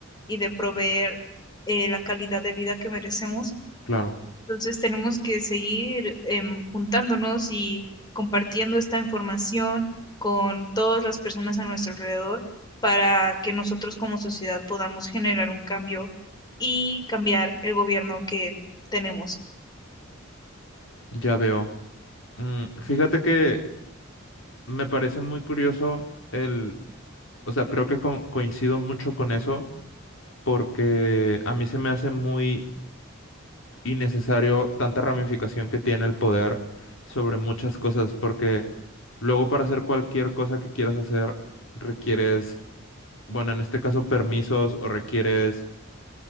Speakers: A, on the left; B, on the left.
A: y de proveer eh, la calidad de vida que merecemos.
B: claro,
A: Entonces tenemos que seguir em, juntándonos y compartiendo esta información con todas las personas a nuestro alrededor para que nosotros como sociedad podamos generar un cambio y cambiar el gobierno que tenemos.
B: ya veo. Mm, fíjate que me parece muy curioso el, o sea, creo que co- coincido mucho con eso porque a mí se me hace muy innecesario tanta ramificación que tiene el poder sobre muchas cosas porque luego para hacer cualquier cosa que quieras hacer requieres, bueno, en este caso permisos o requieres